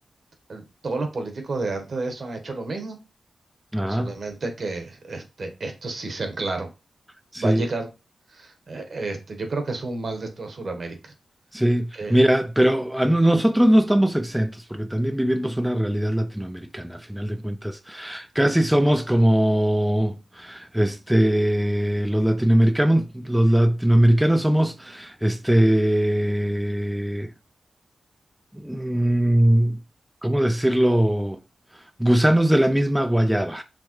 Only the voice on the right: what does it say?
el- todos los políticos de antes de eso han hecho lo mismo.
Solamente que este, estos sí sean claros.
Va a llegar, eh, este, yo creo que es un mal de toda Sudamérica.
Eh,